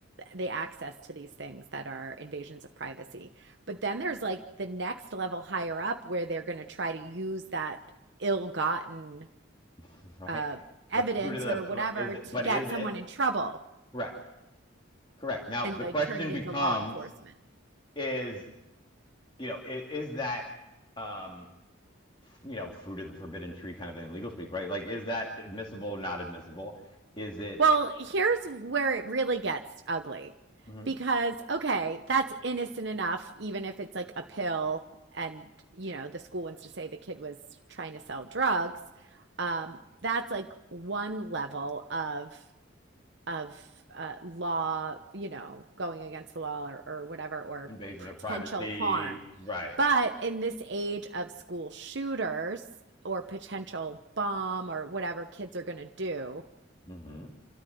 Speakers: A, on the right; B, on the left.
A: the access to these things that are invasions of privacy. But then there's like the next level higher up where they're going to try to use that ill-gotten
B: <laughs> right?
A: uh, evidence
B: The fruit of
A: or whatever
B: the is it,
A: to
B: but
A: get
B: is it
A: someone in trouble
B: correct? Correct. Now
A: and
B: the
A: like
B: question
A: turn it
B: becomes
A: into law enforcement.
B: is you know is, is that um, you know fruit of the forbidden tree kind of in legal speak, right? Like, is that admissible or not admissible? Is it
A: Well, here's where it really gets ugly
B: Mhm.
A: because, okay, that's innocent enough, even if it's like a pill and, you know, the school wants to say the kid was trying to sell drugs. Um, that's like one level of of uh, law, you know, going against the law or, or whatever, or
B: invasion
A: potential
B: of privacy?
A: harm.
B: Right.
A: But in this age of school shooters or potential bomb or whatever kids are going to do,
B: hmm